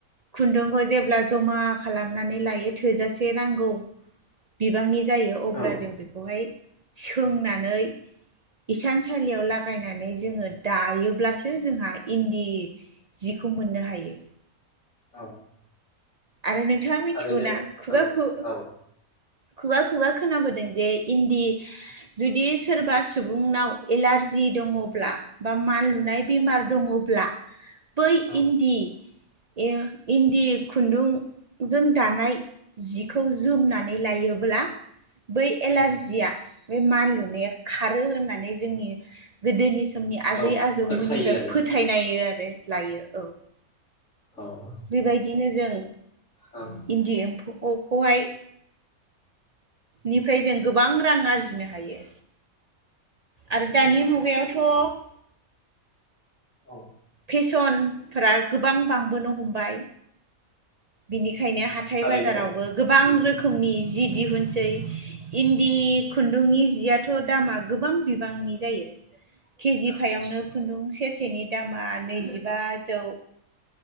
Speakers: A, on the right; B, on the left.
A: खुन्दुंखौ जेब्ला जमा खालामनानै लायो थोजासे नांगौ बिबांनि जायो अब्ला
B: ओ औ
A: जों बेखौहाय सोंनानै इसानसालियाव लागायनानै जोङो दायोब्लासो जोंहा इन्दि जिखौ मोननो हायो।
B: औ
A: आरो नोंथाङा मिथिगौ
B: थारैनो
A: ना खुगा
B: औ
A: खु
B: औ
A: खुगा खुगा खोनाबोदों जे इन्दि जुदि सोरबा सुबुंनाव एलारजि दङब्ला एबा मानलु नुनाय बेमार दङब्ला बै
B: औ
A: इन्दि ए इन्दि खु खुन्दुंजों दानाय जिखौ खौ जोमनानै लायोब्ला बै एलार्जिया
B: औ
A: बे मानलुनाया खारो होननानै जोंनि गोदोनि नि आजै
B: औ
A: आजौमोननिफ्राय
B: फोथायो आरो
A: फोथायनायो आरो लायो औ।
B: औ
A: बे बायदिनो जों
B: औ
A: इन्दि एम्फौखौहाय निफ्राय जों गोबां रां आरजि नो हायो आरो दानि मुगायावथ'
B: औ
A: फेसनफोरा गोबां बांबोनो हमबाय बिनिखायनो हाथाय
B: थारैनो
A: बाजारावबो गोबां
B: उम
A: रोखोमनि जि दिहुनसै इन्दि खुन्दुंनि जियाथ' दामा गोबां बिबांनि जायो। केजि
B: औ
A: फायावनो खुन्दुं सेरसेनि दा मा नैजिबाजौ